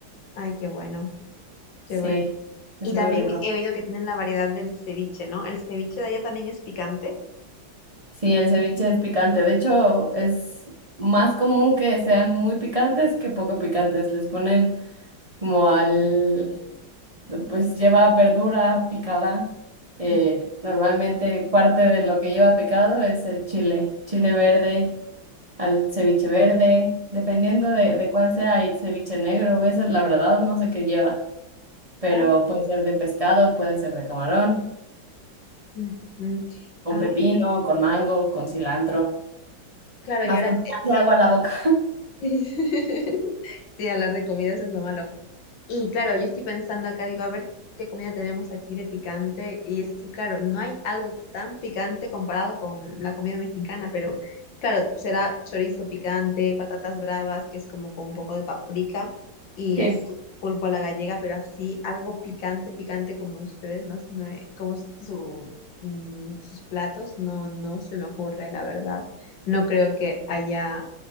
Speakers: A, on the left; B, on the right.
A: Ay, qué bueno, qué
B: Sí,
A: bueno.
B: es
A: Y también
B: muy rico.
A: he oído que tienen la variedad del ceviche, ¿no? ¿El ceviche de allá también es picante?
B: Sí, el ceviche es picante. De hecho, es más común que sean muy picantes que poco picantes. Les ponen como al, pues lleva verdura picada. Eh,
A: Mm,
B: normalmente parte de lo que lleva picado es el chile, chile verde al ceviche verde, dependiendo de, de cuál sea, hay ceviche negro, esa es la verdad, no sé qué lleva, pero
A: Ah,
B: puede ser de pescado, puede ser de camarón,
A: mm, mm.
B: con
A: Ah,
B: pepino, con mango, con cilantro,
A: claro, y
B: hasta
A: ahora
B: me hace agua la boca.
A: <laughs> Sí, hablar de comidas es lo malo. Y claro, yo estoy pensando acá, digo, a ver qué comida tenemos aquí de picante. Y es que, claro, no hay algo tan picante comparado con la comida mexicana, pero claro, será chorizo picante, patatas bravas, que es como con un poco de paprika, y
B: Sí,
A: así pulpo a la gallega, pero así algo picante, picante como ustedes, no se me- como su, mm, sus platos, no, no se me ocurre, la verdad. No creo que haya